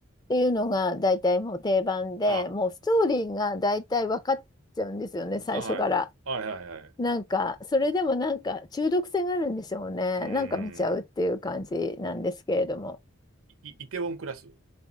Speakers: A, on the left; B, on the right.
A: っていうのが大体もう定番で、
B: あ、
A: もうストーリーが大体分かっちゃうんですよね、最初から。
B: あ、はい。はいはいはいうんあ韓国ドラマって例えばうんあはいはいはいはいはいああはいはいはいはい
A: なんか、それでもなんか中毒性があるんでしょうね。
B: うー
A: なんか見ちゃうっていう感じなんですけれども。
B: ん。い、イテウォンクラス。